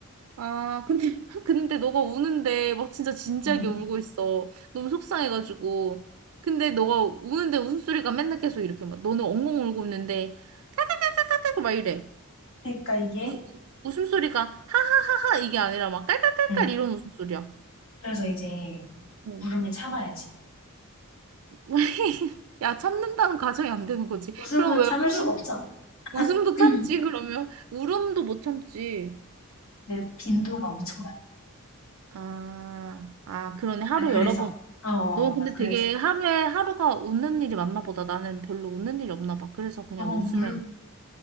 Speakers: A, on the right; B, on the left.
A: 아, 근데, <laughs> 근데 너가 우는데 막 진짜 진지하게
B: 응.
A: 울고 있어. 너무 속상해가지고. 근데 너가 우는데 웃음소리가 맨날 계속 이렇게 막, 너는 엉엉 울고 있는데, 깔깔깔깔깔깔 막 이래.
B: 그러니까 이게
A: 우, 웃음소리가 하하하하 이게 아니라 막 깔깔깔깔
B: 응.
A: 이런 웃음소리야.
B: 그래서 이제
A: 어.
B: 울음을 참아야지.
A: <laughs> 야, 참는다는 가정이 안 되는 거지.
B: 웃음은
A: 그럼 왜
B: 참을
A: 웃음,
B: 수가 없잖아. <clears throat>
A: 웃음도
B: <laughs>
A: 참지, 그러면. 울음도 못 참지.
B: 내 빈도가 엄청나.
A: 아, 아, 그러네. 하루
B: 난 그래서.
A: 여러 번.
B: 어,
A: 너 근데
B: 난 그래서.
A: 되게 하루에 하루가 웃는 일이 많나 보다. 나는 별로 웃는 일이 없나 봐. 그래서 그냥
B: 어,
A: 웃으면
B: 울,